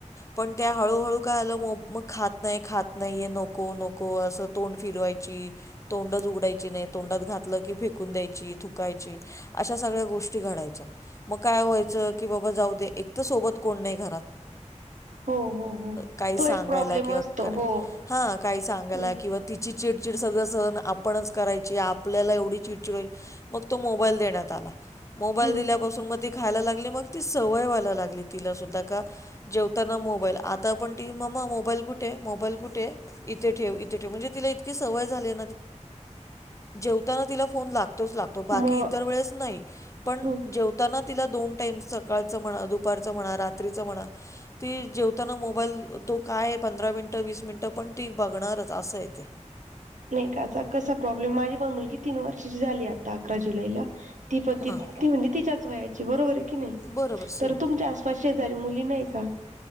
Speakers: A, on the left; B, on the right.
A: पण त्या हळूहळू! ! त का आलं मग मग खात नाही! खात नाहीय नको! नको असं तोंड फिरवायची तोंडच उघडायची नाही तोंडात घातलं की! फेकून द्यायची थुकायची अशा सगळ्या गोष्टी घडायच्या! ! मग काय व्हायचं की बाबा जाऊ दे! एक तर सोबत कोण नाही घरात
B: हो हो हो
A: काही
B: तो
A: सांगायला
B: एक प्रॉब्लेम
A: किंवा
B: असतो
A: करायला
B: हो
A: ह! काही सांगायला
B: हम्म
A: की? किंवा तिची चिडचिड सगळं सहन आपणच! करायची आपल्याला एवढी चिडचिड व्हायची मग तो मोबाल देण्यात आला, मोबाल
B: हम्म
A: दिल्यापून मग खायला लागली मग त सवय व्हाला लागली! तिला सुधा का जेवताना मोबाईल आता! मो कुठे मोबाईल कुठे! आहे इथ ठेव! इथे इतकी सवय झाली जेवताना तिला फोन ला तोच लागतो बाकी
B: मग
A: इतर वेळेस नाही? पण
B: हम्म
A: जेव तिला दोन टाईम सकाळचं म्हणा, दुपारचं म्हणा, रात्रीचं म्हणा ती जेवताना मोबाईल! बल तो काय पंधरा मिनिटं वीस, मिनिटं पण ती! बघणारच असं य तेे
B: नाही काचा कसा प्रॉब्लेम माझी मुलगी तीन, वर्षाची झाली आता अकरा जुलैला ती प त
A: हां
B: ती म्हणजे तिच्याच व्हायची! बरोबर आहे. की नाही
A: बरोबर सेम
B: तर तुमच्या अस शेजारी मुली नाही का?